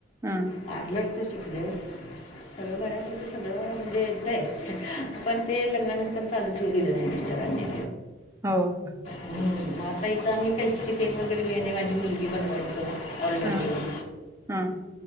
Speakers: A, on the right; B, on the left.
A: हम.
B: पार्लरचं शिकले आहे तें <unintelligible> सगळं येतं. आपण ते लग्नानंतर चालू ठेवू दिलं नाही मिस्टरांनी.
A: हो.
B: हम् आता इथं आम्ही पेस्ट्री केलं तर मी आणि माझी मुलगी बनवायचं. ऑर्डर
A: हं,
B: घेऊन.
A: हं.